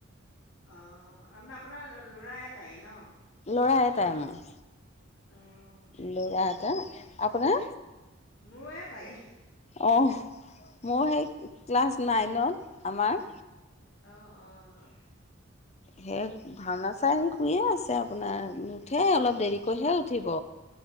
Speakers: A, on the left; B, on the left.
A: অ', আপনাৰ আপোনাৰ ল'ৰা এটাই ন'?
B: ল'ৰা এটাই মোৰ।
A: অ'।
B: ল'ৰা এটাই। আপোনাৰ?
A: মোৰ এটাই।
B: অহ, মোৰ সেই ক্লাছ নাইনত, আমাৰ।
A: অ' অ'।
B: সেই ভাওনা চাই শুইয়ে আছে আপোনাৰ নুঠে অলপ দেৰি। কৈহে উঠিব